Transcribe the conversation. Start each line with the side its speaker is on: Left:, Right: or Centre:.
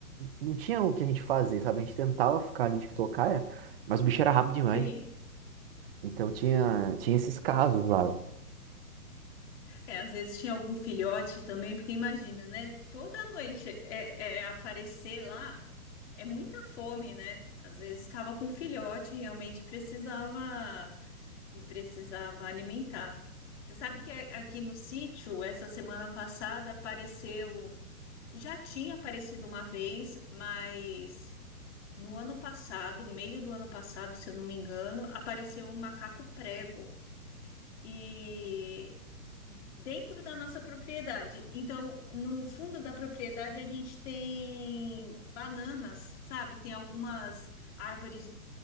Right: não tinha o que a gente fazer, sabe? A gente tentava ficar ali de tocaia, mas o bicho era rápido demais.
Left: Sim.
Right: Então tinha, tinha esses casos lá.
Left: É, às vezes tinha algum filhote também, porque imagina, né? Toda noite é, é aparecer lá é muita fome, né? Às vezes estava com filhote, realmente precisava e precisava alimentar. Você sabe que a- aqui no sítio, essa semana passada, apareceu. Já tinha aparecido uma vez, mas no ano passado, meio do ano passado, se eu não me engano, apareceu um macaco prego. E dentro da nossa propriedade. Então, no fundo da propriedade, a gente tem bananas, sabe? Tem algumas árvores